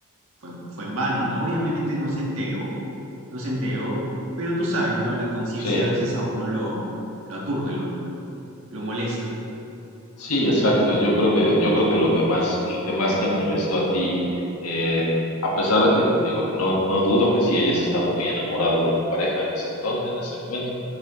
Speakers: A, on the right; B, on the left.
A: fue, fue en vano, ¿no? Obviamente no se enteró, no se enteró, pero tú sabes, ¿no? La conciencia
B: Sí,
A: a veces a uno lo, lo aturde, lo, lo, lo molesta.
B: Sí, exacto.
A: Y
B: Yo creo que, yo creo que lo que más, lo que más te molestó a ti, eh, a pesar de que, digo, no, no dudo que sí hayas estado muy enamorado de tu pareja en ese entonces, en ese momento.